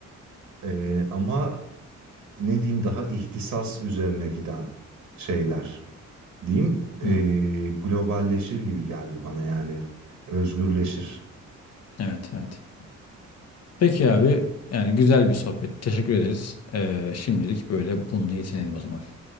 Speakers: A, on the right; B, on the left.
A: Ee, ama ne diyeyim daha ihtisas üzerine giden şeyler diyeyim
B: Hı.
A: ee, globalleşir gibi geldi bana yani özgürleşir.
B: Evet evet. Peki abi yani güzel bir sohbet. Teşekkür ederiz. Ee, şimdilik böyle bununla yetinelim o zaman.